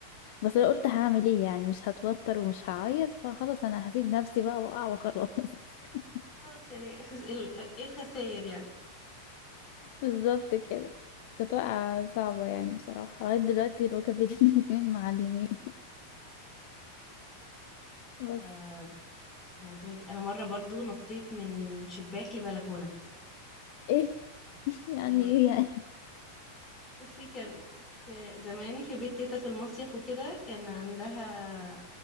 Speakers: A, on the left (about 50°); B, on the left (about 25°).
A: بس أنا قلت هعمل ايه يعني مش هتوتر ومش هعيط فخلاص انا هسيب نفسي بقى واقع وخلاص <laughs>
B: خلاص يعني خس- ال- ايه الخسائر يعني
A: بالظبط كده كانت واقعة صعبة يعني بصراحة لغاية دلوقتي ركبي <laughs> الاتنين معلمين <laughs> بس
B: آه المواضيع دي انا مره برضو نطيت من شباك لبلكونه
A: ايه <laughs> يعني
B: والله
A: ايه يعني
B: بصي كان في زمان في بيت تيتا في المصيف وكده كان عندها